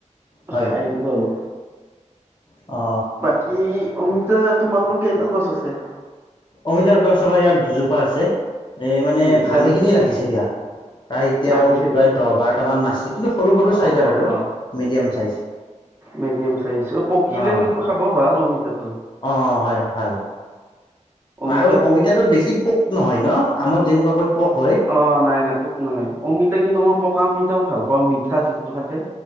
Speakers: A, on the left; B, on the right.
A: হয়
B: খাই দিও আৰু।
A: অ।
B: বাকি অমিতা তোমালোকৰ কেইডাল গছ আছে?
A: অমিতাৰ গছ আমাৰ ইয়াত দুজোপা আছে, এই মানে
B: দুইডাল
A: ভালেখিনি লাগিছে দিয়া। প্ৰায় এতিয়াও
B: লাগিছে নেকি
A: প্ৰায় দহ বাৰটামান আছে কিন্তু সৰু সৰু
B: অ
A: ছাইজৰ
B: অ
A: আৰু।
B: অ
A: মিডিয়াম ছাইজ।
B: মিডিয়াম ছাইজ অহ, পকিলে
A: অঁ
B: কিন্তু খাব ভাল অমিতাটো।
A: অঁ অঁ হয় ভাল
B: অমিতা
A: আৰু
B: পক
A: অমিতাটোত বেছি পোক নহয় ন' আমাৰ যেনেকুৱাকৈ পোক হয়।
B: অহ', নাই, নাই পোক নাই। অমিতা কিন্তু মই পকা অমিতাও ভাল পাওঁ মিঠা যিটো থাকে।